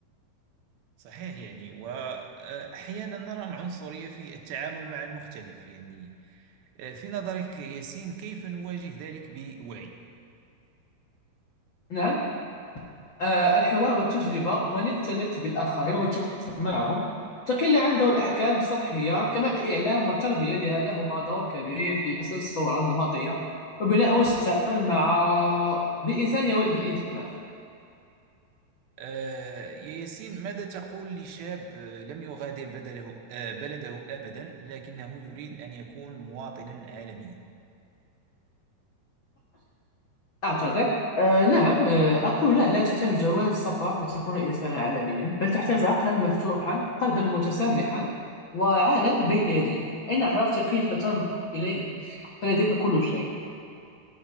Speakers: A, on the right; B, on the left.
A: صحيح يعني وأحيانا نرى العنصرية في التعامل مع المختلف يعني آه، في نظرك يا ياسين كيف نواجه ذلك بوعي؟
B: نعم آه، الحوار والتجربة ومن يختلط بالآخرين ويتواصل معهم تقل عنده الأحكام السطحية كما الإعلام والتربية لها- لهما دور كبير في كسر الصورة النمطية وبناء وسائل التعامل مع بالإنسانية وبالانتماء
A: آه، يا ياسين ماذا تقول لشاب آه، لم يغادر بدله آه، بلده أبدا لكنه يريد أن يكون مواطنا عالميا
B: أعتذر آه نعم آه أقول لا لا تحتاج جواز سفر لتكون إنسانا عالميا بل تحتاج عقلا مفتوحا قلبا متسامحا وعالم بين يديك إن عرفت كيف تنظر إليه فلديك كل شيء